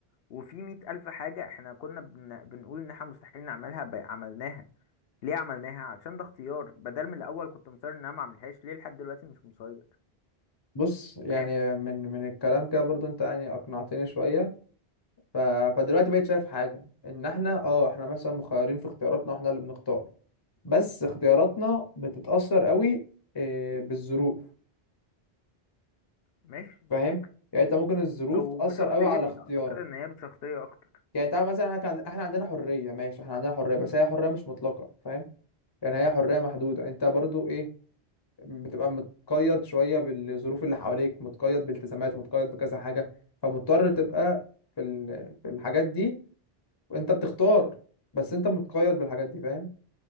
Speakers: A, on the left; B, on the left.
A: وفي مئة الف حاجة احنا كنا بن... بنقول ان احنا مستحيل نعملها بقى عملناها ليه عملناها عشان ده اختيار بدل من الاول كنت مصر ان انا ما اعملهاش ليه لحد دلوقتي مش مصير
B: بص يعني
A: فاهم
B: من من الكلام كده برضو انت يعني اقنعتني شوية ف... فدلوقتي بقيت شايف حاجة ان احنا اه احنا مثلا مخيرين في اختياراتنا واحنا اللي بنختار بس اختياراتنا بتتأثر قوي اه، بالظروف
A: ماشي ممكن
B: فاهم يعني انت ممكن الظروف
A: او
B: تأثر
A: بشخصيتي
B: قوي على اختيارك
A: اعتقد ان هي بشخصية اكتر
B: يعني تعال مثلا احنا كان احنا عندنا حريه ماشي احنا عندنا حريه بس هي حريه مش مطلقه فاهم يعني هي حريه محدوده انت برضو ايه بتبقى متقيد شويه بالظروف اللي حواليك متقيد بالتزامات متقيد بكذا حاجه فمضطر تبقى في ال... في الحاجات دي وانت بتختار بس انت متقيد بالحاجات دي فاهم